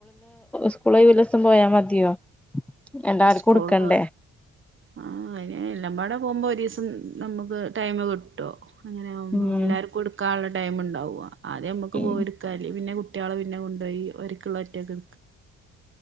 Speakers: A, in the centre; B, on the right (about 40°).
A: സ്കൂള <unintelligible> പോയാ മതിയോ? എല്ലാർക്കും
B: സ്കൂള്
A: കൊടുക്കണ്ടേ
B: ആ എല്ലമ്പാടെ പോകുമ്പോ ഒരു നമുക്ക് ടൈം കിട്ടോ അങ്ങനെ ആകുമ്പോൾ
A: ഉം
B: എല്ലാവർക്കും എടുക്കാനുള്ള ടൈമുണ്ടാവോ? ആദ്യം നമുക്ക്
A: ഉം
B: പോയി എടുക്ക അല്ലെങ്കി പിന്നെ കുട്ടികളെ പിന്നെ കൊണ്ട്പോയി ഓരിക്കുള്ള ഒറ്റൊക്കെ